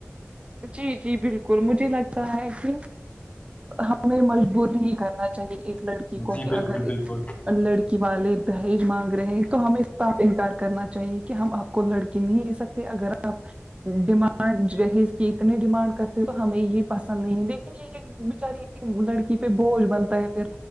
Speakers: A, on the right; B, on the left.
A: جی جی بالکل مجھے لگتا ہے کہ ہمیں مجبور نہیں کرنا چاہے ایک لڑکی کو
B: جی
A: کیا
B: بالکل
A: گھر
B: بالکل
A: ایک لڑکی والے دہیج مانگ رہے ہیں تو ہمیں صاف انکار کرنا چاہیے کہ ہم آپ کو لڑکی نہیں دے سک اگر آپ ڈیمانڈ جہیز یہ اتنی ڈیمانڈ کرتے تو ہمیں یہ پسند نہیں ہے لیکن یہ ایک بچاری ایک لڑکی پہ بوجھ بنتا ہے پھر